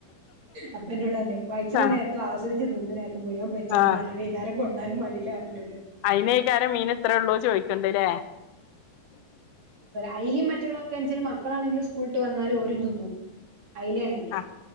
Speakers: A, on the right (about 50°); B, on the left (about 85°).
A: അപ്പന്നോട് പറഞ്ഞെ പയ്ച്ണ
B: ആഹ്
A: നേർത്തും ആസ്വദിച് തിന്ന്ണ നേരത്തും മുഴുവൻ പൊര്ച്ചാലും
B: ആഹ്
A: മണ്ടില്ല വെയ്ന്നാരം കൊടുന്നാലും മാണ്ടിലാന്നർഞ്ഞ് ന്നോട്
B: അയ്നേക്കാരം മീൻ ഇത്രൊള്ളൂ ചോയ്ക്കണ്ടല്ലേ
A: അയ്ലിം മറ്റുള്ളൊക്കേണ്ച്ചാൽ മക്കളാണെങ്കില് സ്കൂള്ട്ട് വന്നാല് ഓരും തിന്നും അയ്ലേണെങ്കി
B: ആഹ്